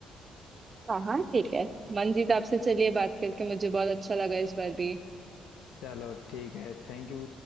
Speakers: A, on the right; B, on the left.
A: अच्छा हाँ ठीक है मनजीत आपसे चलिए बात करके मुझे बहुत अच्छा लगा इस बार भी
B: चलो ठीक है थैंक यू